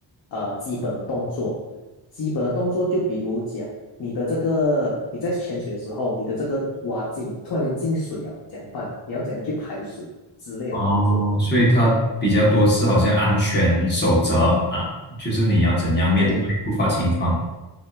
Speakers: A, on the left; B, on the left.
A: 呃基本的动作，基本的动作就比如讲你的这个你在潜水的时候，你的这个蛙镜突然间进水啊，怎样办？你要怎样去排水之类的动作？
B: 哦，所以它比较多是好像安全守则啊，就是你要怎样面对突发情况。
A: 对，